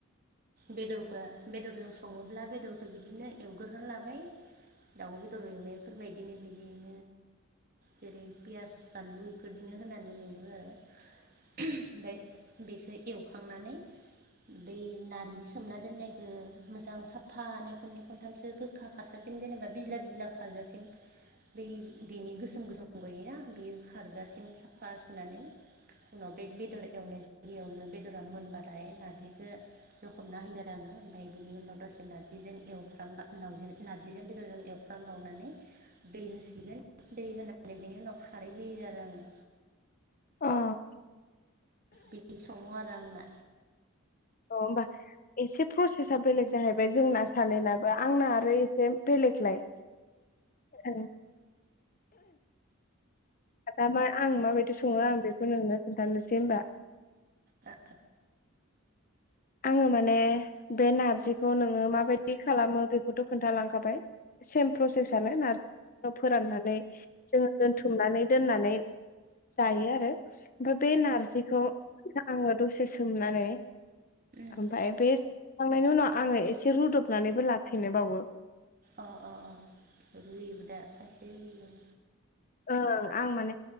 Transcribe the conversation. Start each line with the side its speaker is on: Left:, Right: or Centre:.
Right: बेदरबा बेदरजों सङोब्ला बेदरखौ बिदिनो एवगोरा लाबाय। दाउ बेदर एवनायफोरबायदिनो बिदिनो जेरै पियास फानलु बेफोरदिनो होनानै एवो आरो। ओमफ्राय बेखौ एवखांनानै बै नारजि सोमना दोननाय आरो मोजां साफानै खननै खनथामसो गोखा खारसाासिम जेनेबा बिजला बिजला खारजासिम बै बिनि गोसोम गोसोम गयोना बे खारजासिम साफा सुनानै उनाव बे बेदर एवनाय जायगायावनो बेदरा मोनबाथाय नारजिखौ रखम होैदों आरो आङो ओमफफ्राय बिनि उनाव दसे नारजिजों एवफ्रामबाजि नारजिजों बेदरजों एवफ्रामबावनानै दै होसिगोन दै होनानै बिनि उनाव खारै होयो आरो आङो।
Left: अ अ
Right: बिदि सङो आरो आंना
Left: अ‌ होमबा एसे प्रसेसा बेलेग जाहैबाय जोंना सानैनाबो आंना आरो एसे बेलेगलाय औ दा आं माबायदि सङो आं बेखौ नोंनो खोन्थानोसै होमबा
Right: आ
Left: आङो माने बे नारजिखौ नोङो माबायदि खालामो बेखौथ' खोन्थालांखाबाय सेम प्रसेसनो नारजिखौ फोराननानै जोङो दोनथुमनानै दोननानै जायो आरो ओमफ्राय बे नारजिखौ आङो दसे सोमनानै
Right: औ
Left: ओमफ्राय बेखांनायनि उनाव आङो एसे रुदबनानैबो लाफिनोबावो
Right: अ अ अ रुइबो दा खायसे र
Left: ओं आं माने